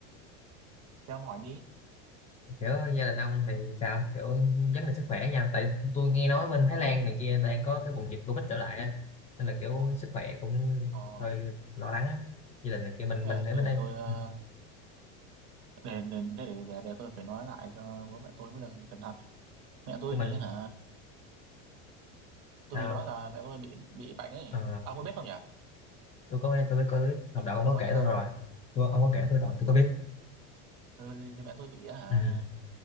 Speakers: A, on the right; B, on the left.
A: thế ông hỏi đi
B: kiểu gia đình ông thì sao kiểu vấn đề sức khỏe nha tại tôi nghe nói bên Thái Lan này kia đang có cái bùng dịch Covid trở lại ấy. nên là kiểu sức khỏe cũng
A: ờ
B: hơi lo lắng á gia đình này kia mình
A: thế
B: mình
A: để,
B: ở
A: thế
B: bên
A: để
B: đây
A: tôi ờ,
B: ừ.
A: để để, thế để, để để tôi phải nói lại cho bố mẹ tôi mới được cẩn thận mẹ tôi
B: cái mình
A: thì hả tôi
B: sao
A: thì đó là mẹ tôi bị bị bệnh ấy
B: Ờ,
A: ông có biết không nhỉ
B: tôi có nghe tôi biết có biết học đạo ông
A: tôi
B: có
A: nói
B: kể
A: cho ta
B: tôi rồi tôi, ông có kể tôi rồi tôi có biết
A: ừ thì mẹ tôi bị hả
B: ừ.